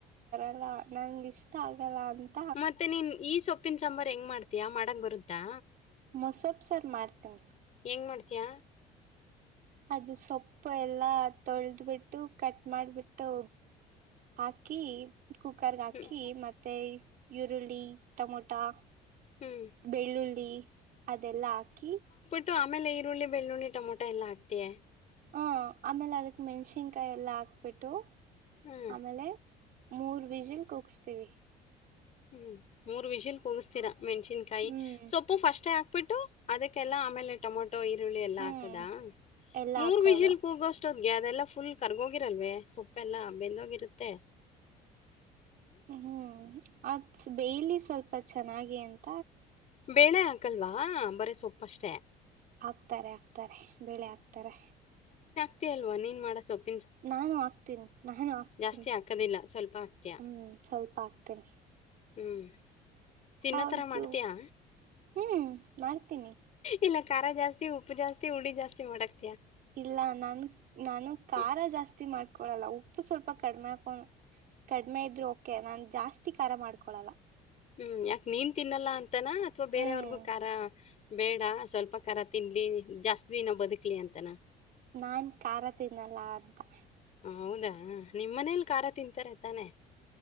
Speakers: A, on the right (about 60°); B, on the left (about 40°).
A: ಅಲ್ಲ ನಂಗ್ ಇಷ್ಟ ಆಗಲ್ಲ ಅಂತ
B: ಮತ್ತೆ ನೀನ ಈ ಸೊಪ್ಪಿನ ಸಾಂಬಾರ್ ಹೆಂಗ್ ಮಾಡ್ತಯಾ? ಮಾಡಕ ಬರುತ್ತಾ?
A: ಮೊಸೊಪ್ಪ ಸಾರ ಮಾಡ್ತೀನಿ.
B: ಹೆಂಗ ಮಡಿಯ
A: ಅದು ಸೊಪ್ಪು ಎಲ್ಲ ತೊಳದು ಬಿಟ್ಟು ಕಟ್ ಮಾಡಬಿಟ್ಟ ಹಾಕಿ ಕುಕ್ಕರಗ ಹಾಕಿ
B: ಹ್ಮ್
A: ಮತ್ತೆ ಇರುಳ್ಳಿ ಟಮೊಟಾ
B: ಹ್ಮ್
A: ಬೆಳ್ಳುಳ್ಳಿ <inaudible> ಅದೆಲ್ಲಾ ಹಾಕಿ
B: ಟ್ಟು ಆಮೇಲೆ ಈರುಳ್ಳಿ, ಬೆಳ್ಳುಳ್ಳಿ, ಟೊಮೊಟ ಎಲ್ಲ ಹಾಕ್ತಿಯಾ
A: ಹ ಆಮೇಲೆ ಅದಕ ಮೆಣಸಿನಕಾಯ ಎಲ್ಲ ಹಾ ಬಿ ಟ್ಟು
B: ಹ್ಮ್
A: ಆಮೇಲೆ ಮೂರ ವಿಸಿಲ್ ಕೂಗುಸ್ತೀವಿ.
B: ಹ್ಮ್ ಮೂರ್ ವಿಜಿಲ್ ಕೂಗಿಸ್ತೀರಾ ಮೆಣಸಿನಕಾಯಿ
A: ಹ್ಮ್
B: ಸೊಪ್ಪು ಫಸ್ಟೇ ಪ್ಪಬಿಟ್ಟು ಅದಕ್ಕೆಲ್ಲ ಆಮೇಲೆ ಟೊಮೊಟ್ ಟೊ ಈರುಳ್ಳಿ ಎಲ್ಲಾ
A: ಹ್ಮ್
B: ಹಾಕದ
A: ಎಲ್ಲ
B: ಮೂರ್
A: ಹಾಕೋದು
B: ವಿಷಲ್ ಕೂಗೋಷ್ಟ ಅದೆಲ್ಲ ಫುಲ್ ಕರ್ಗೋಗಿರಲ್ವೇ ಸೊಪ್ಪೆಲ್ಲ ಬೆಂದೋಗಿರುತ್ತೆ.
A: ಹ್ಮ್ ಅದ ಬೇಯಲಿ ಸ್ವಲ್ಪ ಚೆನ್ನಾಗಿ ಅಂತ
B: ಬೇಳೆ ಹಾಕ ಹಾಕ್ಕಲ್ವಾ ಬರೇ ಸೊಪ್ಪ ಅಷ್ಟೇ.
A: ಹಾಕ್ತಾರೆ ಹಾಕ್ತಾರೆ ಬೆಳೆ ಹಾಕ್ತಾರೆ.
B: ಹಾಕ್ತಿಯಲ್ವಾ ನೀನ್ ಮಾಡೋ ಸೊಪ್ಪು
A: ನಾವು ಹಾಕ್ತಿನಿ ನಾನು ಹಾಕ್ತೀನಿ
B: ಜಾಸ್ತಿ ಹಾಕೋದಿಲ್ಲ, ಸ್ವಲ್ಪ ಹಾಕ್ತೀಯ.
A: ಹ್ಮ್ ಸ್ವಲ್ಪ ಹಾಕ್ತೀನಿ
B: ಹ್ಮ್.. ತಿನ್ನೋತರ
A: ಹೌದು
B: ಮಾಡ್ತೀಯಾ?
A: ಹ್ಮ್ ಮಾಡ್ತೀನಿ
B: ಇಲ್ಲಾ ಖಾರ ಜಾಸ್ತಿ ಉಪ್ಪು ಜಾಸ್ತಿ ಹುಳಿ ಜಾಸ್ತಿ ಮಾಡಕ್
A: ಇಲ್ಲಾ ನಾನ್ ನಾನು ಖಾರ
B: ಹ್ಮ್.
A: ಜಾಸ್ತಿ ಮಾಡ್ ಕೋಳಲ್ಲಾ ಉ ಉಪ್ಪು ಸ್ವಲ್ಪ ಕಡಮೆ ಹಾಕೊಂಡ ಕಡಿಮೆ ಇದ್ರು ಓಕೆ ನಾನ್ ಜಾಸ್ತಿ ಅತೀ ಖಾರಾ ಮಾಡ್ಕೊಳಲ್ಲಾ
B: ಹ್ಮ್ ಯಾಕ್ ನೀನ್ ತಿನ್ನಲ್ಲಾ ಅಂತಾನ ಅಥವಾ ಬೇರೆ
A: ಹ್ಮ್
B: ಅವರ್ಗೂ ಖಾರ ಬೇಡಾ ಸ್ವಲ್ಪ ಖಾರ ತಿನ್ಲಿ ಜಾಸ್ತಿ ದಿನ ಬದುಕ್ಲಿ ಅಂತಾನ.
A: ನಾನ್ ಖಾತೆ ತಿನ್ನಲ್ಲ ಅಂತಾ
B: ಹೌದಾ? ನಿಮ್ಮ ಮನೇಲ್ ಖಾರ ತಿಂತ್ತಾರೆ ತಾನೆ